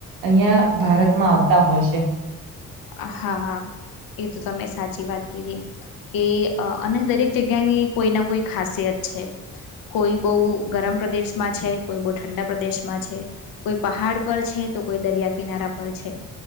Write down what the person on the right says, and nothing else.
અહિયાં ભારતમાં આવ આવતા હોય છે.